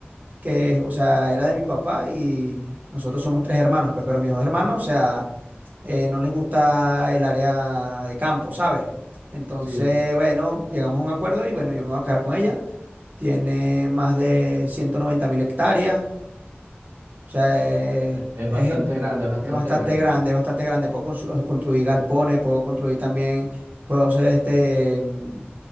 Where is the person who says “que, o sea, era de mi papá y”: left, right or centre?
Right